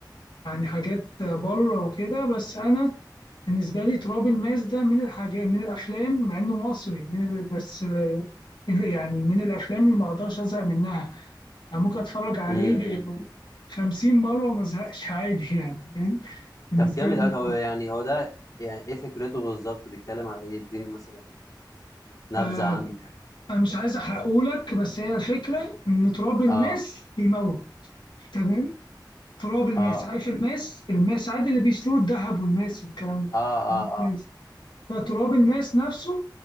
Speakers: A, on the left; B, on the left.
A: يعني حاجات بره وكده بس انا بالنسبه لي تراب الماس ده من الحاجات من الافلام مع انه مصري من ال... بس آه، يعني من الافلام اللي ما اقدرش ازهق منها يعني ممكن اتفرج عليه
B: امم
A: 50 مره وما ازهقش عادي يعني فاهم؟ بالنسبه
B: طب جامد
A: لي
B: قوي طب يعني هو ده يعني ايه فكرته بالظبط بيتكلم على ايه اديني مثلا نبذة
A: آه،
B: عنه يعني
A: انا مش عايز احرقهولك بس هي الفكره ان تراب الماس
B: اه
A: بيموت تمام تراب الماس
B: اه
A: عارف الماس الماس عادي اللي بيشتروا الذهب والماس والكلام
B: اه اه
A: ده
B: اه
A: فتراب الماس نفسه